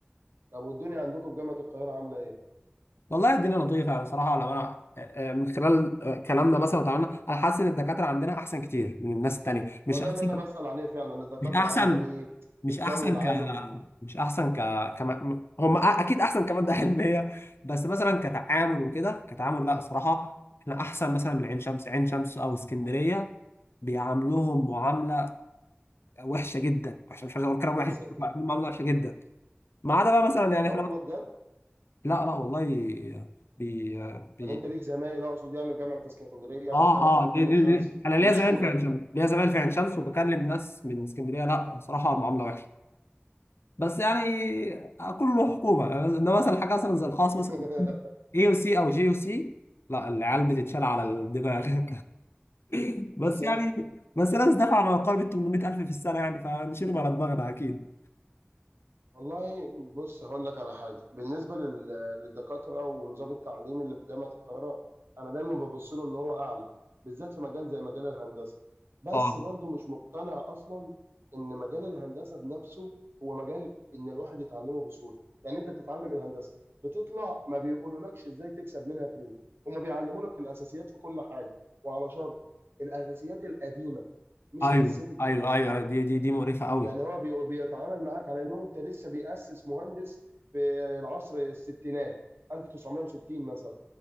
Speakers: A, on the right; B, on the left.
A: طب والدنيا عندكم في جامعه القاهره عامله ايه
B: والله الدنيا لطيفه يعني صراحه لو انا آه، آه، من خلال آه، كلامنا مثلا وتعاملنا انا حاسس ان الدكاتره عندنا احسن كتير من الناس التانيه مش
A: هو ده
B: احسن
A: اللي انا بسال عليه فعلا الدكاتره
B: مش احسن
A: عامله ايه
B: مش
A: الجو
B: احسن
A: العامل
B: ك مش احسن ك كما هم أ- اكيد احسن كماده <laughs> علميه بس مثلا كتعامل وكده كتعامل لا صراحه احنا احسن مثلا من عين شمس عين شمس او اسكندريه بيعاملوهم معامله وحشه جدا وحشه مش عايز اقول كلام وحش
A: يا ساتر
B: بيعاملوهم معامله وحشه جدا ما عدا بقى مثلا يعني
A: لا
B: احنا
A: والله بجد
B: لا لا والله بي... بي...
A: يعني انت ليك زمايل اقصد يعني في جامعه اسكندريه
B: اه
A: او جامعه
B: اه دي
A: عين
B: دي
A: شمس
B: دي. انا ليا
A: بيشكوا
B: زمان في
A: لك
B: عين شمس ليا زمان في عين شمس وبكلم ناس من اسكندريه لا صراحه معامله وحشه بس يعني كله حكومه انما مثلا حاجه مثلا زي الخاص
A: <laughs>
B: مثلا اي او سي او جي او سي لا العيال بتتشال على الدماغ <laughs> بس
A: يا ساتر
B: يعني بس ناس دفع ما يقارب ال 800000 في السنه يعني فنشيلهم على دماغنا اكيد
A: والله بص هقول لك على حاجه بالنسبه لل- للدكاتره ونظام التعليم اللي في جامعه القاهره انا دايما ببص له ان هو اعلى بالذات في مجال زي مجال الهندسه بس
B: اه
A: برضو مش مقتنع اصلا ان مجال الهندسه بنفسه هو مجال ان الواحد يتعلمه بسهوله يعني انت بتتعلم الهندسه بتطلع ما بيقولولكش ازاي تكسب منها فلوس هما بيعلموا لك الاساسيات في كل حاجه وعلى شرط الاساسيات القديمه مش
B: ايوه
A: الاساسيات الجديده
B: ايوه ايوه دي دي دي مقرفه قوي
A: يعني هو بي- بيتعامل معاك على انه انت لسه بيأسس مهندس في العصر الستينات 1960 مثلا